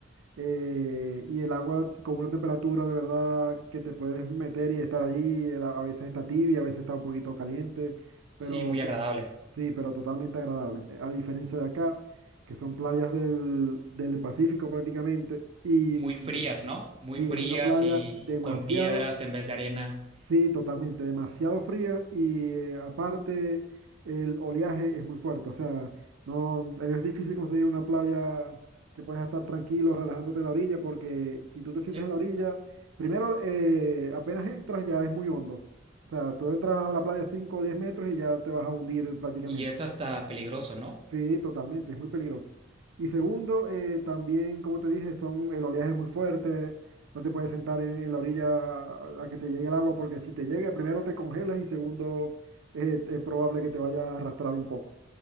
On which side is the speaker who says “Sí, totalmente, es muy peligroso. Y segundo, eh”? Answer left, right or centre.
Right